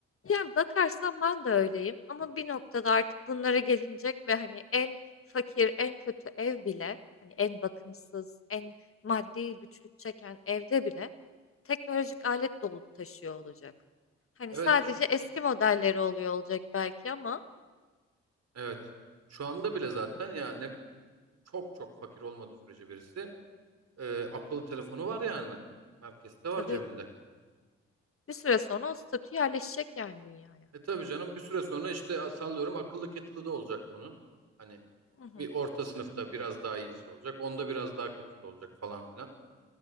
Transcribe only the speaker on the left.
Yani bakarsan ben de öyleyim ama bir noktada artık bunlara gelinecek ve hani en fakir, en kötü ev bile, hani en bakımsız, en maddi güçlük çeken evde bile teknolojik alet dolup taşıyor olacak. Hani
sadece
eski modelleri oluyor olacak belki ama
tabii
bir süre sonra o statü yerleşecek yani dünyaya.
Hı hı.